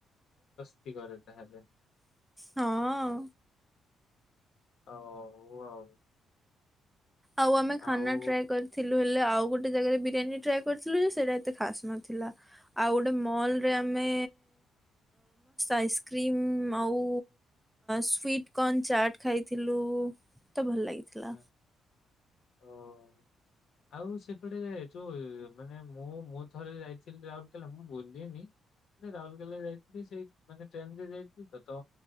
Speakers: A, on the left; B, in the centre.
A: ଦସ୍ତି କରେ ତାହେଲେ।
B: ହଁ।
A: ହଉ ଆଉ।
B: ଆଉ ଆମେ
A: ଆଉ
B: ଖାନା ଟ୍ରାଏ କରିଥିଲୁ ଆଉ ଗୋଟେ ଜାଗାରେ ବିରିୟାନୀ ଟ୍ରାଏ କରିଥିଲୁ ଯେ ସେଟା ଏତେ ଖାସ ନଥିଲା ଆଉ ଗୋଟେ ମଲରେ ଆମେ ଆଇସ୍କ୍ରି ଆଉ ସୁଟିଂ କନ୍ ଚାଟ ଖାଇଥିଲୁ। ମତେ ଭଲ ଲାଗିଥିଲା।
A: ହୁଁ ଓ ଆଉ ସେପଟେ ଯୋଉ ମାନେ ମୁଁ ମୁଁ ଥରେ ଯାଇଥିଲି ରାଉରକେଲା ମୁଁ ବୁଲିିନି ରାଉରକେଲା ଯାଇଥିଲି ସେଇ ମାନେ ଟ୍ରେନ ରେ ଯାଇଥିଲି ତ ତ